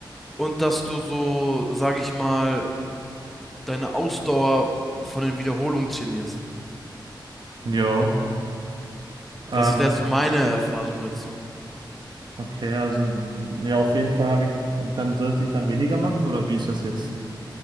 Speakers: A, in the centre; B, on the right.
A: und dass du so, sag ich mal, deine Ausdauer von den Wiederholungen trainierst.
B: Jo. Ähm,
A: Das wäre so meine Erfahrung dazu.
B: okay, also ja, auf jeden Fall habe ich, dann sollte ich dann weniger machen oder wie ist das jetzt?